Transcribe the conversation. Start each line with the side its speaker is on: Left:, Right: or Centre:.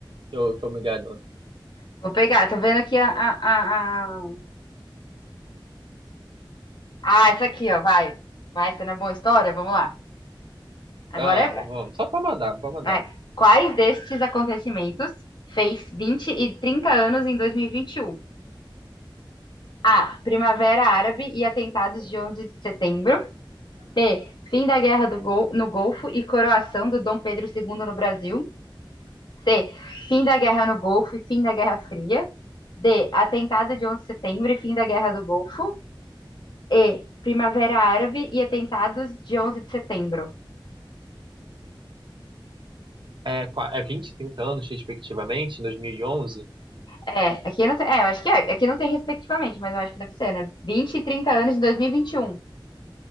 Right: que eu, que eu me garanto.
Left: Vou pegar, tô vendo aqui a, a, a, a- Ah, essa aqui, ó, vai. Vai, Essa não é boa história? Vamos lá. Agora
Right: Ah,
Left: é...
Right: vamos. Só pra mandar, pra mandar.
Left: Vai. Quais destes acontecimentos fez 20 e 30 anos em 2021? A. Primavera Árabe e atentados de 11 de setembro. B. Fim da Guerra do Gol- no Golfo e coroação do Dom Pedro II no Brasil. C. Fim da Guerra no Golfo e fim da Guerra Fria. D. Atentado de 11 de setembro e fim da Guerra do Golfo. E. Primavera Árabe e atentados de 11 de setembro.
Right: É, qua- é 20, 30 anos, respectivamente, em 2011.
Left: É, aqui não tem, é, eu acho que é, aqui não tem respectivamente, mas eu acho que deve ser, né? 20 e 30 anos de 2021.